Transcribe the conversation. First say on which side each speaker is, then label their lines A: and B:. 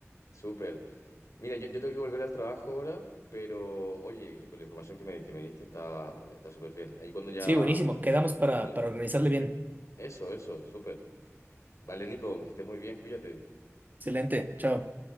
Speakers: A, on the left; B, on the right.
A: súper. Mira, yo, yo tengo que volver al trabajo ahora, pero oye, con la información que me, que me diste está está súper bien. Ahí cuando ya...
B: Sí, buenísimo. Quedamos
A: ya
B: para,
A: estemos en la-
B: para organizarle bien.
A: Eso, eso, súper. Vale, Nico, que estés muy bien, cuídate.
B: Excelente. Chao.